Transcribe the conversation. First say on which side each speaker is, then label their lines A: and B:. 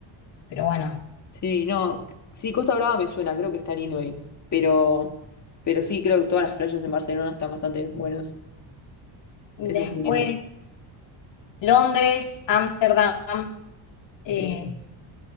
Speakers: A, on the left; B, on the left.
A: Pero bueno.
B: Sí, no. Sí, Costa Brava me suena, creo que está lindo ahí. Pero, pero sí, creo que todas las playas en Barcelona están bastante buenas.
A: Después,
B: Eso es muy lindo.
A: Londres, Ámsterdam. eh,
B: Sí,